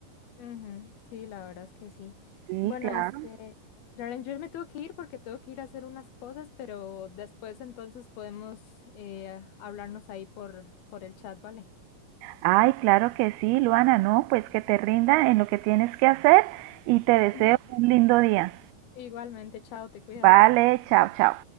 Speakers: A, on the left; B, on the right.
A: Ujú, Sí, la verdad es que sí.
B: Sí,
A: Bueno,
B: claro.
A: este, Darren, yo me tengo que ir porque tengo que ir a hacer unas cosas, pero después entonces podemos eh, hablarnos ahí por, por el chat, ¿vale?
B: Ay, claro que sí, Luana, no, pues que te rinda en lo que tienes que hacer y te deseo
A: Ujú,
B: un lindo día.
A: Igualmente, chao, te cuidas.
B: Vale, chao, chao.